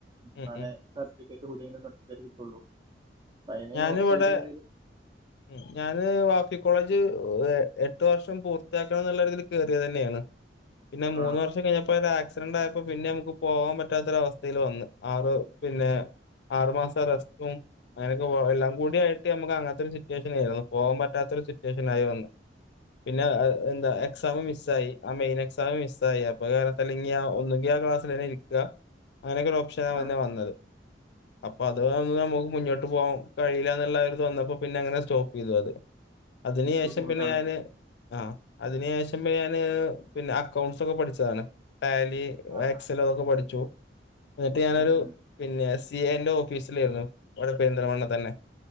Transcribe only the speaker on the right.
നാളെ
സർട്ടിഫിക്കറ്റ് <unintelligible> അയിന്
നോർത്ത്
സൈഡ് എന്തേലും
ആഹ്
ആഹ്
ബുദ്ധിമുട്ടാണല്ലേ
ആഹ്
ആഹ്
ഉം ഉം